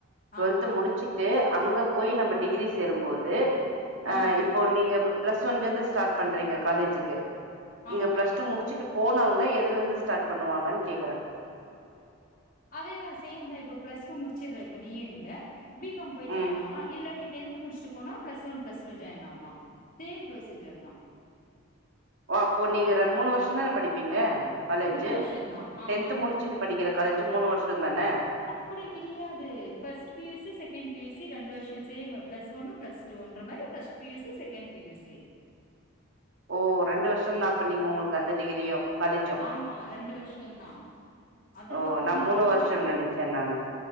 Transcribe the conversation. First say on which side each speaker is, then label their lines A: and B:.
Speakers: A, on the right (about 65°); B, on the left (about 40°).
A: ட்வெல்த்து
B: ஆமா
A: முடிச்சுட் டு அங்க போயி
B: ம்
A: நம்ம டிகிரி சேரும்போது அ
B: ம்
A: இப்போ நீங்க ப ப்ளஸ் ஒன்லந்து ஸ்டாட் பண்றீங்க காலேஜுக்கு இங்க
B: ஆமா
A: ப்ளஸ் டூ முடிச்சுட்டு போனவங்க எதுலந்து ஸ்டாட் பண்ணுவாங்கன் கேக்குறே
B: அதேதா சேம் தா இப்ப ப்ளஸ் டூ முடிச்சுட்ற இப்ப நீயு இங்க பி காம் போயி
A: ம்
B: ஜாய்ன் ஆவ இல்ல நீ டென்த்து முட்ஷ்ட்டு போனா plus one plus two join ஆவலா சேம் ப்ரொசீஜர் தா
A: ஓ அப்போ நீங்க ரெ மூணு வருஷந்தான படிப்பீங்க காலேஜு
B: மூணு வருஷந்தா ஆமா
A: டென்த்து முடிச்சிட்டு படிக்கிற காலேஜு மூணு வருஷந்தான
B: அப்பிடி கிடயாது ஃபஸ்ட் பியூசி செகண் பியூசி ரெண்டு வருஷ சேமு ப்ளஸ் ஒன்னு ப்ளஸ் டீ ன்ற மாரி ஃபஸ்ட் பியூசி செகண் பியூசி
A: ஓ ரெண்டு வருஷந்தா அப்ப நீங்க உங்களுக்கு அந்த டிகிரியு காலேஜு
B: ஆமா ரெண்டு வருஷ்யந்தா அதுக்கப்புறமாயிட்டுதா
A: ஓ நா மூணு வருஷம்னு நெனைச்சே நானு